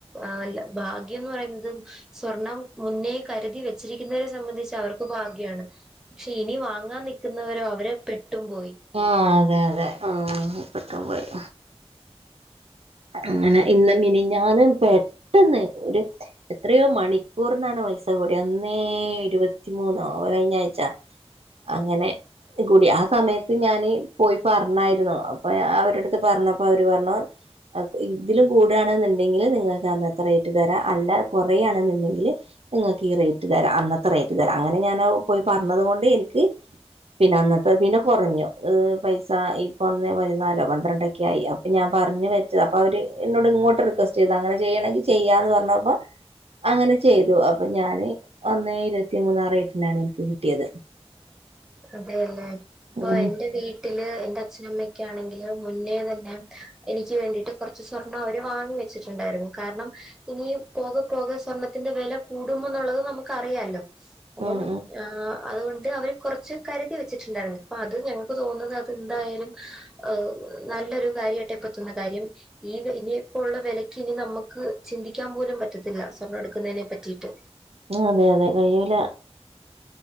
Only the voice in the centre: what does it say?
ആല്ല ഭാഗ്യംന്ന് പറയുന്നത് സ്വർണം മുന്നേ കരുതി വെച്ചിരിക്കുന്നവരെ സംബന്ധിച്ച് അവർക്ക് ഭാഗ്യാണ് ക്ഷെ ഇനി വാങ്ങാൻ നിക്കുന്നവരോ അവര് പെട്ടും പോയി
അതെയല്ലേ പ്പൊ
എന്റെ വീട് ട്ടില് എന്റെ അച്ഛനമ്മക്കെ ആണെങ്കില് മുന്നേ തന്നെ എനിക്ക് വേണ്ടിട്ട് കൊർച്ച് സ്വർണ്ണം അവര് വാങ്ങി വെ ച്ചിട്ടുണ്ടായിരുന്നു കാരണം ഇനിയും പോകെ പോകെ സ്വർണ്ണത്തിന്റെ വെല കൂടും എന്നുള്ളത് നമുക്കറിയാലൊ അപ്പം
അതുകൊണ്ട് അവര് കുറച്ച് കരുതി വെച്ചിട്ടുണ്ടായിരുന്നു ഇപ്പൊ അത് ഞങ്ങക്ക് തോന്നുന്നത് അത് എന്തായാലും ഹ് നല്ലൊരു കാര്യട്ട ഇപ്പൊ തോന്നുന്ന കാര്യം ഈ ഇത് ഇനിയിപ്പോ ഉള്ള വിലയ്ക്ക് ഇനി നമുക്ക് ചിന്തിക്കാൻ പോലും പറ്റത്തില്ല സ്വർണം എടുക്കുന്നതിനെ പറ്റിയിട്ട്